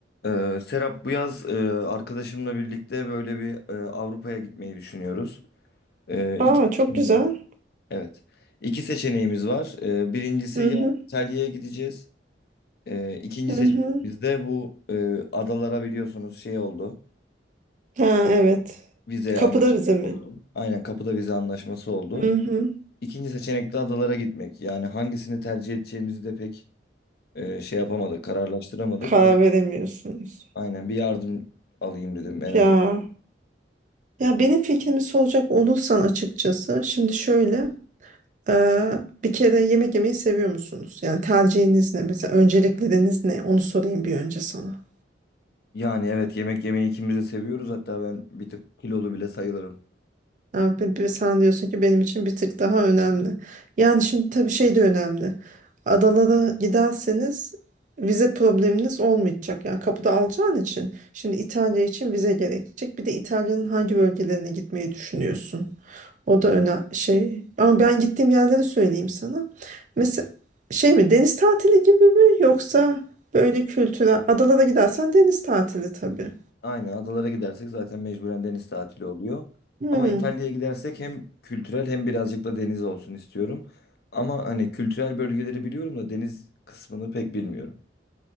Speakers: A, on the left; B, on the right.
A: Ee, Serap bu yaz e, arkadaşımla birlikte böyle bir e, Avrupa'ya gitmeyi düşünüyoruz. Ee,
B: Aa
A: iki
B: çok
A: seçeneğimiz,
B: güzel.
A: evet. İki seçeneğimiz var. Ee, birincisi
B: Hı
A: ya
B: hı.
A: İtalya'ya gideceğiz. Ee, ikinci
B: Hı
A: seçeneğimiz
B: hı.
A: de bu e, adalara biliyorsunuz şey oldu.
B: Ha evet.
A: Vize
B: Kapıda
A: anlaşması
B: bize mi?
A: oldu. Aynen kapıda vize anlaşması oldu.
B: Hı hı.
A: İkinci seçenek de adalara gitmek. Yani hangisini tercih edeceğimizi de pek e, şey yapamadık, kararlaştıramadık.
B: Karar veremiyorsunuz.
A: Aynen bir yardım alayım dedim en azından.
B: Ya ya benim fikrimi soracak olursan açıkçası şimdi şöyle e, bir kere yemek yemeyi seviyor musunuz? Yani tercihiniz ne? Mesela öncelikleriniz ne? Onu sorayım bir önce sana.
A: Yani evet yemek yemeyi ikimiz de seviyoruz. Hatta ben bir tık kilolu bile sayılırım.
B: Ha, be- be- sen diyorsun ki benim için bir tık daha önemli. Yani şimdi tabii şey de önemli. Adana'da giderseniz vize probleminiz olmayacak. Yani kapıda alacağın için. Şimdi İtalya için vize gerekecek. Bir de İtalya'nın hangi bölgelerine gitmeyi düşünüyorsun? O da öne şey. Ama ben gittiğim yerleri söyleyeyim sana. Mesela şey mi deniz tatili gibi mi yoksa böyle kültürel Adalara gidersen deniz tatili tabii.
A: Aynen adalara gidersek zaten mecburen deniz tatili oluyor.
B: Hmm.
A: Ama İtalya'ya gidersek hem kültürel hem birazcık da deniz olsun istiyorum. Ama hani kültürel bölgeleri biliyorum da deniz kısmını pek bilmiyorum.